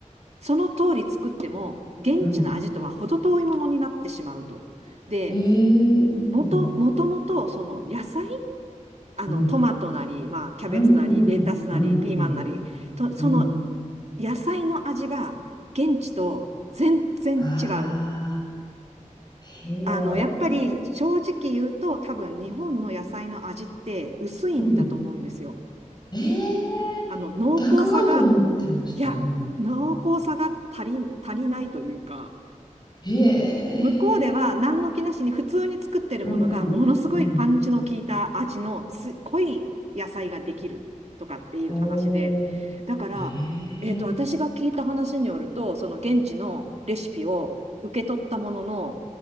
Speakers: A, on the right; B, on the left.
A: その通り作っても、現地の味とは程遠いものになってしまうと。
B: うん。
A: で、
B: ええうん。
A: もと、もともとその野菜、あのトマトなり、
B: うん。
A: まあ、キャベツなり、
B: うん。うん。
A: レタスなり、
B: うん。
A: ピーマンなり、
B: うん。
A: とその
B: うん。
A: 野菜の味が現地と全然違う。
B: ああ。へえ。
A: あの、やっぱり正直言うと多分日本の野菜の味って薄いんだと思うんですよ。
B: うん。ええ、
A: あの濃厚さが、
B: 逆はと思ってました。
A: いや、
B: うん。
A: 濃厚さが足り、足りないというか、
B: へえ。
A: 向こうでは何の気なしに普通に作ってるものがものすごいパンチの効いた味のつ濃い野菜ができるとかっていう話で、
B: うんうん。うん。ほう。
A: だから、
B: ええ。
A: えっと、私が聞いた話によると、その現地のレシピを受け取ったものの、